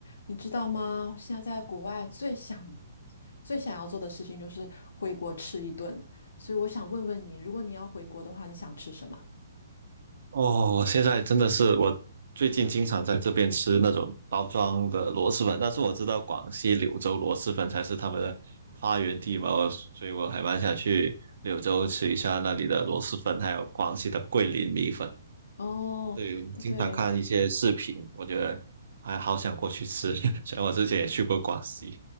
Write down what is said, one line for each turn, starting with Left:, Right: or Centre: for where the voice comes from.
Left: 你知道吗？现在在国外最想、最想要做的事情就是回国吃一顿，所以我想问问你，如果你要回国的话，你想吃什么？
Right: 哦，现在真的是我最近经常在这边吃那种包装的螺蛳粉，但是我知道广西柳州螺蛳粉才是他们的发源地嘛，我所以我还蛮想去柳州吃一下那里的螺蛳粉，还有广西的桂林米粉。
Left: 哦，
Right: 对，我经常看一些视频，
Left: 对，
Right: 我觉得还好想过去吃。<laughs> 虽然我之前也去过广西，